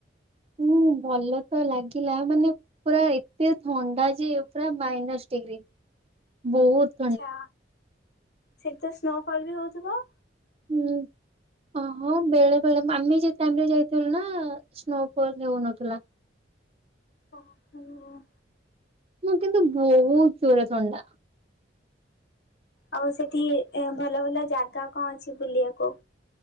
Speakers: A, on the right; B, on the left.
A: ହୁଁ ଭଲ ତ ଲାଗିଲା ମାନେ ପୁରା ଏତେ ଥଣ୍ଡା ଯେ ପୁରା ମାଇନସ ଡିଗ୍ରୀ ବହୁତ୍।
B: ଆଛା ସେଠି ତ ସ୍ନୋ ଫଲ ବି ହଉଥିବ?
A: ହୁଁ। ଓହୋ ବେଳେ ବେଳେ ଆମେ ଯେ ଟାଇମିରେ ଯାଇଥିଲୁ ନା ସ୍ନୋଫଲ ହେଉନଥିଲା।
B: ହ ହୁଁ।
A: ମୁଁ କିନ୍ତୁ ବହୁତ ଜୋର ଥଣ୍ଡା।
B: ଆଉ ସେଠି ଭଲ ଭଲ ଜାଗା କଣ ଅଛି ବୁଲିବାକୁ?